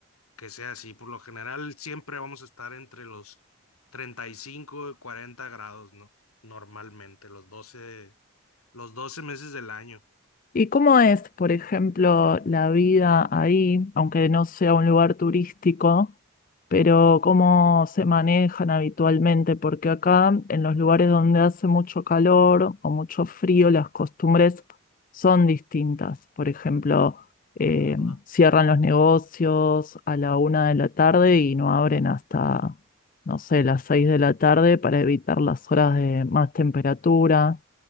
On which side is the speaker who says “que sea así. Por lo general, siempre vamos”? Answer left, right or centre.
Left